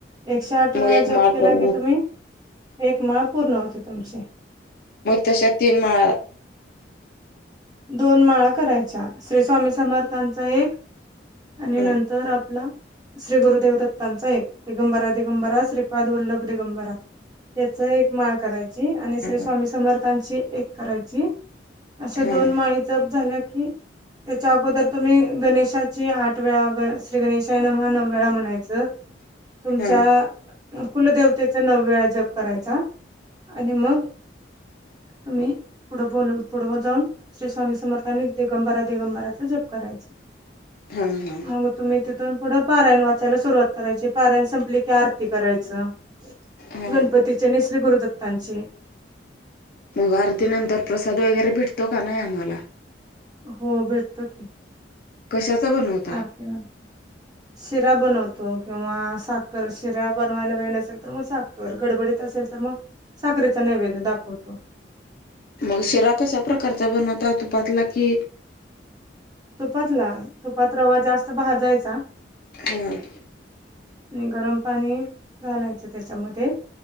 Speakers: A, on the right; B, on the left.
A: एकशे आठ वेळा
B: मग एक
A: जप
B: माळ
A: केला
B: पूर्ण
A: की
B: होत
A: तुम्ही एक माळ पूर्ण होती तुमची.
B: मग तश्या तीन माळा
A: दोन माळा करायच्या श्री स्वामी समर्थांचा एक आणि
B: हा
A: नंतर आपला श्री गुरु देव दत्तांचा, दिगंबरा-दिगंबरा श्रीपाद वल्लभ दिगंबरा याच एक माळ करायची आणि श्री
B: हा
A: स्वामी समर्थांची एक करायची त्या
B: हा
A: दोन माळी जप झाल्या की त्याच्या अगोदर तुम्ही, गणेशाची आठ वेळा, ग श्री गणेशाय नमः नऊ वेळा म्हणायचं. तुमच्या
B: हा
A: अ कुलदेवतेचा नऊ वेळा जप करायचा आणि मग तुम्ही, पुढं बोलू, पुढं जाऊन श्री स्वामी समर्था आणि दिगंबरा दिगंबराचा जप करायचा.
B: हम्म ह.
A: मग तुम्ही तिथून पुढं पारायण वाचायला सुरुवात करायची, पारायण संपली की आरती करायचं.
B: हा
A: गणपतीची आणि श्री गुरुदत्तांची.
B: मग आरती नंतर प्रसाद वगैरे भेटतो का नाही आम्हाला
A: हो भेटतो की.
B: कशाचा बनवता.
A: शीरा. शिरा बनवतो किंवा साखर, शिरा बनवायला वेळ नसेल तर मग साखर. तर गडबडीत असेल तर, मग साखरेच नैवेद्य दाखवतो.
B: मग शिरा कशा प्रकारचा बनवता, तुपातला की
A: तुपातला, तुपात रवा जास्त भाजायचा
B: हम्म.
A: आणि गरम पाणी घालायचं त्याच्यामध्ये